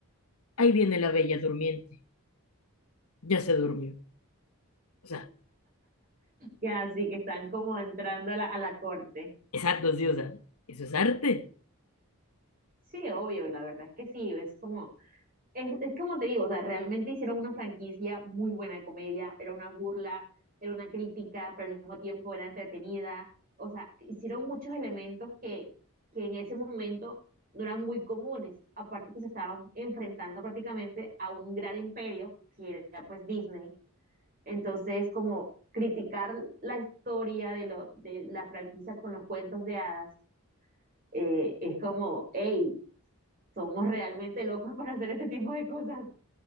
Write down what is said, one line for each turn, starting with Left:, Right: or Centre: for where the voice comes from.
Left: ahí viene la bella durmiente, ya se durmió. O sea,
Right: Que así que están como entrando a la, a la corte.
Left: es arte, sí, o sea, eso es arte.
Right: Sí, obvio, la verdad es que sí, es como, es, es como te digo, o sea, realmente hicieron una franquicia muy buena de comedia, era una burla, era una crítica, pero al mismo tiempo era entretenida, o sea, hicieron muchos elementos que, que en ese momento no eran muy comunes, aparte que se estaban enfrentando prácticamente a un gran imperio, que era pues Disney, entonces como criticar la historia de, lo, de la franquicia con los cuentos de hadas, eh, es como, hey, somos realmente locos para hacer este tipo de cosas.